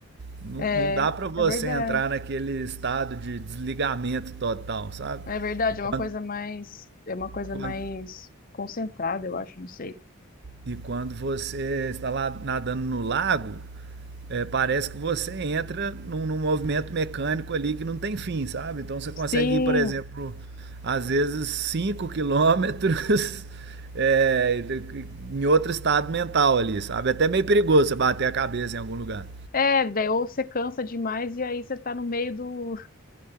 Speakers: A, on the right (about 50°); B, on the left (about 40°).
A: Não,
B: É,
A: não dá para você
B: é verdade.
A: entrar naquele estado de desligamento total, sabe?
B: É verdade, é
A: Quando,
B: uma coisa mais, é uma coisa
A: quando
B: mais concentrada, eu acho, não sei.
A: E quando você está lá nadando no lago, é, parece que você entra num, num movimento mecânico ali que não tem fim, sabe? Então você consegue
B: Sim.
A: ir, por exemplo, às vezes 5 quilômetros <laughs> é, em outro estado mental ali, sabe? É Até meio perigoso você bater a cabeça em algum lugar.
B: É, daí ou você cansa demais e aí você tá no meio do,